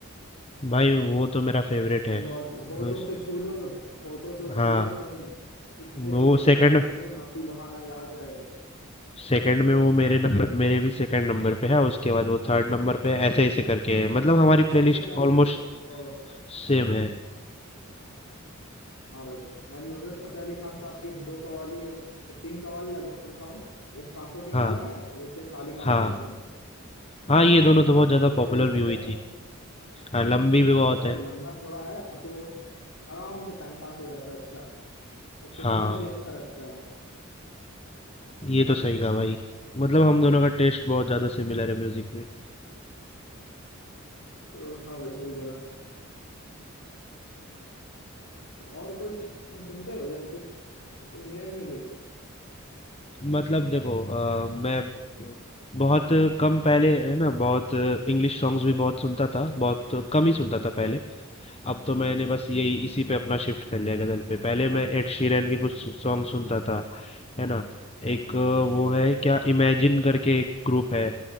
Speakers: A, on the left; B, on the left.
A: भाई वो तो मेरा फेवरेट
B: एक
A: है
B: बहुत होठों
A: मुझ-
B: से छू लो होठों से
A: हाँ
B: छू लो तुम चुपके
A: वो
B: चुपके
A: सेकंड
B: रात दिन आंसू बहाना याद है
A: सेकंड में वो मेरे नंबर मेरे भी सेकंड नंबर पे है उसके बाद वो थर्ड नंबर पे है, ऐसे ऐसे करके है मतलब हमारी
B: मैं नुसरत
A: प्लेलिस्ट
B: फतेह अली
A: ऑलमोस्ट
B: ओ
A: सेम है
B: हाँ भाई मैं नुसरत फतेह अली खान साहब की दो कवाली या तीन कवाली लगभग सुनता हूँ एक सांसों की
A: हाँ
B: माला है और एक ये काली काली
A: हाँ
B: जुल्फें
A: हाँ ये दोनों तो बहुत ज्यादा
B: लाइक वो
A: पॉपुलर
B: थोड़े लंबे
A: भी हुई थी हाँ लंबी भी बहुत
B: लाइक वो
A: है
B: लंबा थोड़ा है और तो आराम से टाइम पास हो जाता है अच्छा और सुनने
A: हाँ
B: में भी अच्छा लगता है
A: ये तो सही कहा भाई मतलब हम दोनों का टेस्ट बहुत ज्यादा सिमिलर है म्यूजिक में
B: तो हाँ भाई सही बोला तो और कोई तुम सुनते हो या सिर्फ इंडियन म्यूजिक
A: मतलब देखो अ, मैं बहुत कम पहले है ना बहुत इंग्लिश सॉन्ग्स भी बहुत सुनता था बहुत कम ही सुनता था पहले अब तो मैंने बस यही इसी पे अपना शिफ्ट कर लिया गजल पे पहले मैं एड शीरन के कुछ सॉन्ग सुनता था है ना एक अ, वो है क्या इमेजिन करके एक ग्रुप है